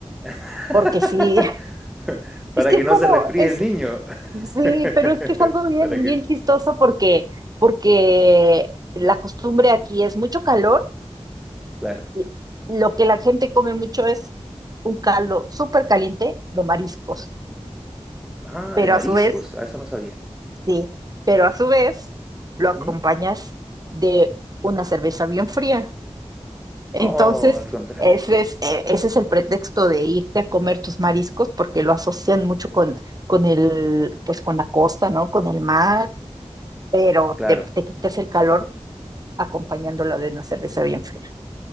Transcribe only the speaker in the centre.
<laughs>
Para
que
no se resfríe
el niño. <laughs>
Para que...
Claro.
Ah,
de mariscos.
Ah, eso no sabía.
¿Mm?
Oh, el contraste.
Claro.